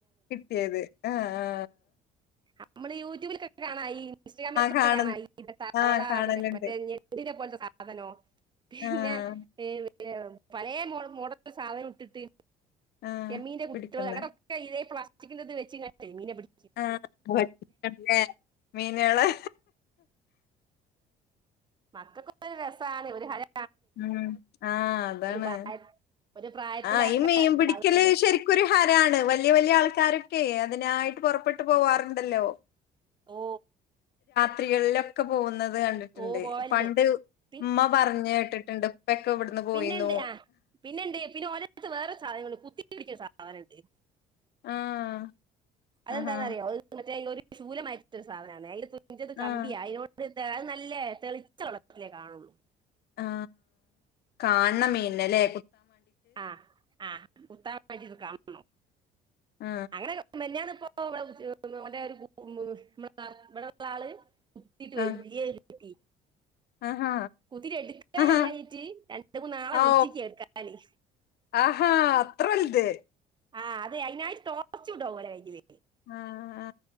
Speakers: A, on the left; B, on the right.
A: കിട്ടിയത് ആ ആ.
B: നമ്മളീ യൂട്യൂബിലൊക്കെ കാണായീ ഇൻസ്റ്റഗ്രാമിലൊക്കെപ്പ
A: കാണ
B: കാണാം ഈ തവള
A: ആഹ് കാണലുണ്ട്
B: പിന്നെ മറ്റേ ഞെട്ടിനെ പോലത്തെ സ് സാധനോ? പിന്നെ
A: ആഹ്
B: ഏത് എ പലേ മോ മോഡൽ സാധനവിട്ടിട്ട്
A: ആഹ്
B: ചെമ്മീന്റെ കുട്ടികള്
A: പിടിക്കുന്ന
B: അങ്ങടൊക്കെ ഇതെ പ്ലാ സ്റ്റിക്കിൻ്റെത് വെച്ചു കാണ്ട് മീനെ പിടി
A: ആ <unintelligible> മീനുകള്
B: മക്കക്കൊക്കരു രസാണ് ഒരു ഹരം.
A: ഉം ആ അതാണ്.
B: പ്രായ ഒരു പ്രായത്തിലൊക്കെ
A: ആ ഈ മീൻ പിടിക്കല്
B: ഉണ്ടാവുമല്ലോ
A: ശരിക്കും ഒരു ഹരാണ് വല്ല്യ വല്ല്യ ആൾക്കാരും ഒക്കേ അതിനായിട്ട് പൊറപ്പെട്ട് പോവാറുണ്ടല്ലോ.
B: ഓ
A: ത്രികളിലൊക്കെ പോകുന്നത് ന്നത് കണ്ടിട്ടുണ്ട്
B: ഓ പോവല്ണ്ട്
A: പണ്ട്
B: പി
A: ഉമ്മ പറഞ്ഞു കേട്ടിട്ടുണ്ട് ഉപ്പെക്കെ ഇവിടന്ന് പോയിന്നു.
B: പിന്നെണ്ട് ആ പിന്നെണ്ട് പിന്നെ ഓലെടുത്ത് വേറൊരു സാധനങ്ങള് കുത്തി പിടിക്കണ സാധനം. അതേ
A: ആഹ്
B: അതെന്താന്നറിയോ
A: ആഹ്
B: അതൊരു മറ്റേ ഒരു ശൂലമായിട്ടൊരു സാധനാണെ അതില് തു ഇന്റത് കമ്പിയാ
A: ആഹ്
B: അയിലോട്ട് അത് നല്ലേ തെളിച്ച വെള്ളത്തിലേ കാണുള്ളൂ
A: ആ കാണണ മീനല്ലേ
B: ആഹ് ആ ഉത്താമാണ്ടിട്ട്ത് കാണോ
A: ആ
B: അങ്ങനെ മെനിഞ്ഞാന് പ്പോ ഇവിടെടെ ഒരു ഇവിടുള്ള ആള് കുട്ടീട്ട് വലൃയ
A: ആ
B: കിട്ടി
A: ആഹാ
B: കുതിട്ട് എടുക്കാൻ
A: ആഹാ
B: കഴിയാഞ്ഞിട്ട് രണ്ട് മൂന്നാളെ
A: ഓ
B: വിളിച്ചിക്ക് എടുക്കാന്
A: ആഹാ അത്ര വലുത്
B: ആ അതെ അയിനായിട്ട് ടോച്ചൂട്ട് പോലെ അവര്
A: ആ ആ